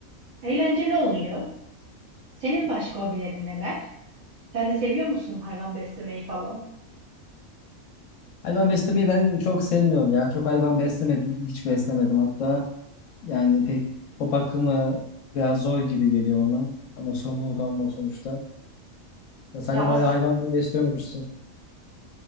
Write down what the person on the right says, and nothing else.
Eğlenceli oluyor. Senin başka hobilerin neler? Sen de seviyor musun hayvan beslemeyi falan?
Ya
as